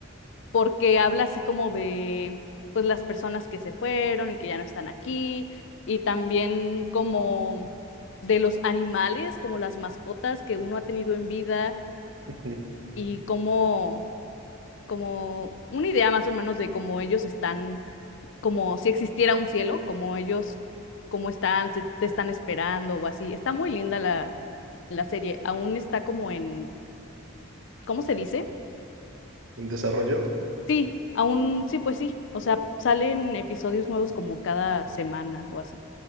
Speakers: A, on the left; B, on the right.
A: porque habla así como de pues las personas que se fueron y que ya no están aquí y también como de los animales, como las mascotas que uno ha tenido en vida
B: <laughs>
A: y como como una idea más o menos de cómo ellos están, como si existiera un cielo, como ellos, cómo están, se- te están esperando o así. Está muy linda la, la serie, aún está como en, ¿cómo se dice?
B: en desarrollo.
A: Sí, aún sí, pues sí. O sea, salen episodios nuevos como cada semana o así.